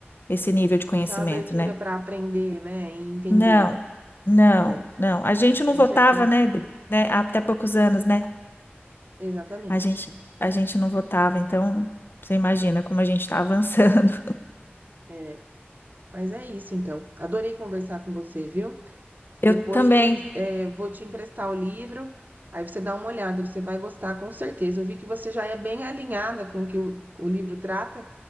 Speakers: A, on the left; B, on the right.
A: esse nível de conhecimento,
B: Essa abertura
A: né?
B: pra aprender, né? E entender,
A: Não, não,
B: né?
A: não. A gente não
B: Com
A: votava,
B: certeza.
A: né? de- né, Há até poucos anos, né?
B: Exatamente.
A: A gente, a gente não votava, então você imagina como a gente está avançando.
B: É, mas é isso, então. Adorei conversar com você, viu?
A: <laughs> Eu
B: Depois,
A: também.
B: eh, vou te emprestar o livro, aí você dá uma olhada, você vai gostar com certeza. Eu vi que você já é bem alinhada com o que o, o livro trata,